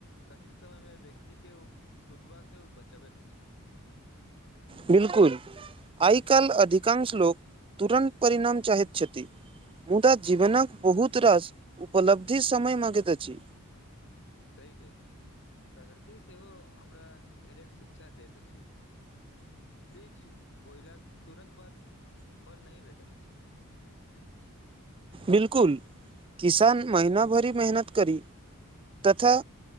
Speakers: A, on the left (about 55°); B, on the right (about 25°).
A: कठिन समयमे व्यक्ति के ओ टुटबा से बचाबैत अछि
B: बिलकुल आइ काल अधिकांश लोक तुरन्त परिणाम चााहै छथि मुदा जीवनक बहुत रास उपलब्धि समय मांगैत अछि
A: सही कहिले प्रगृति सेहो हमरा घेर्ये शिक्षा दैत अछि बीज बोयलाक तुरन्त बाद फल नहि भेटैत अछि <unintelligible>
B: बिलकुल किसान महिना भरी मेहनत करी तथा